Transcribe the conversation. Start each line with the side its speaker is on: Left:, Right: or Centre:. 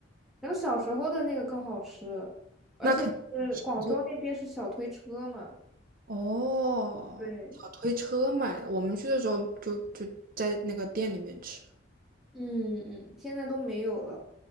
Centre: 然后小时候的那个更好吃，而且是广州那边是小推车嘛，
Right: 那可能就哦，
Centre: 对，
Right: 小推车买的，我们去的时候就就在那个店里面吃。
Centre: 嗯嗯，现在都没有了。